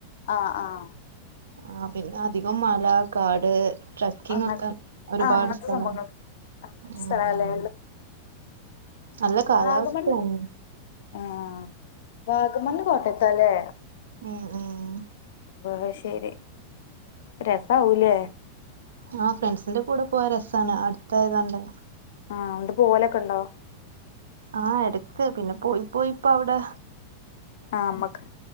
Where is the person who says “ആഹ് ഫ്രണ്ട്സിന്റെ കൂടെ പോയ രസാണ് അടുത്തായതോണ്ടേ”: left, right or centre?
Right